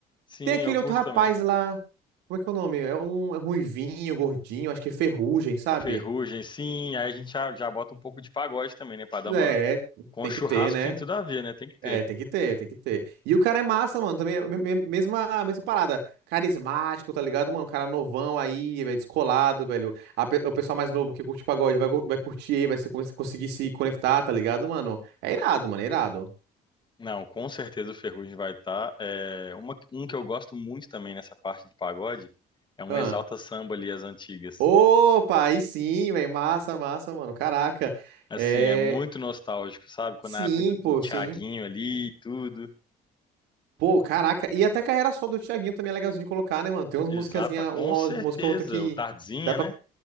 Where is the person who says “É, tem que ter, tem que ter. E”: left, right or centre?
Right